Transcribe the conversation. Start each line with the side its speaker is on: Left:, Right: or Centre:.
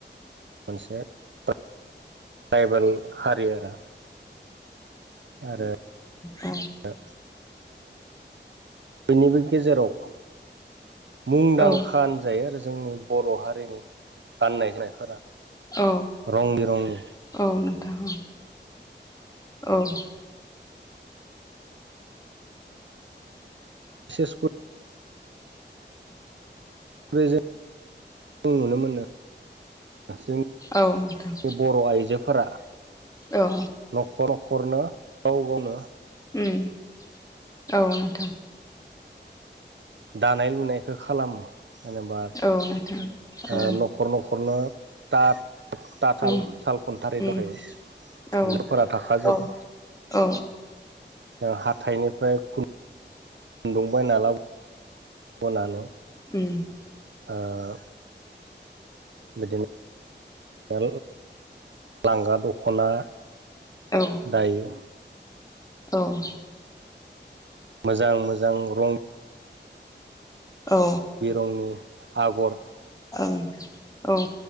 Right: मोनसे ट्राइबेल हारि आरो। आरो।
Left: <inaudible> अ।
Right: ओ बिनिबो गेजेराव मुंदांखान।
Left: औ
Right: जायो आरो जोंनि बर' हारिनि गाननाय जोमनायफोरा।
Left: औ
Right: रं बिरंनि
Left: औ नोंथां औ औ
Right: सेसकुद। जों नुनो मोनो जों।
Left: औ नोंथां
Right: बर' आइजोफोरा।
Left: औ।
Right: न'खर न'खरनो गाव गावनो।
Left: उम औ नोंथां।
Right: दानाय लुनायखो खालामो जेनेबा
Left: औ नोंथां
Right: ओ
Left: औ
Right: न'ख खर न'खरनो ता ताथाल
Left: उम
Right: साल खुन्था ओरै
Left: उम
Right: दंखायो। <inaudible>
Left: औ
Right: फोरा थाखाजोबो
Left: औ औ
Right: जों हाथायनिफ्राय खुन खुदुं बायना लाबो। बनानै।
Left: उम।
Right: ओ। बिदिनो। ओ लांगा दख'ना।
Left: औ
Right: दायो
Left: औ
Right: मोजां मोजां रं
Left: औ।
Right: बिरंनि आगर
Left: ओं औ।